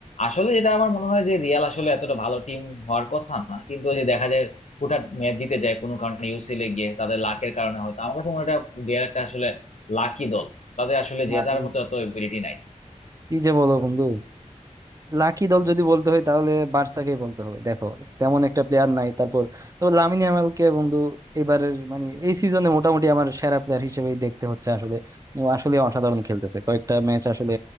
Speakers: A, on the left; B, on the right.
A: আসলে যেটা আমার মনে হয় যে রিয়াল আসলে এতটা ভালো টিম হওয়ার কথা না কিন্তু ওই যে দেখা যায় হুটহাট ম্যাচ জিতে যায় কোনো কারণে ইউসিএল এ গিয়ে তাদের লাকের কারণে হয়তো আমার কাছে মনে হয় এটা রিয়াল একটা আসলে লাকি দল তাদের আসলে
B: না।
A: জেতার
B: আর
A: মতো এত এবিলিটি নাই
B: কি যে বলো বন্ধু লাকি দল যদি বলতে হয় তাহলে বার্সাকেই বলতে হবে দেখো তেমন একটা প্লেয়ার নাই তারপর তো লামিন ইয়ামালকে বন্ধু এবারের মানে এই সিজনে মোটামুটি আমার সেরা প্লেয়ার হিসেবেই দেখতে হচ্ছে আসলে ও আসলে অসাধারণ খেলতেছে কয়েকটা ম্যাচ আসলে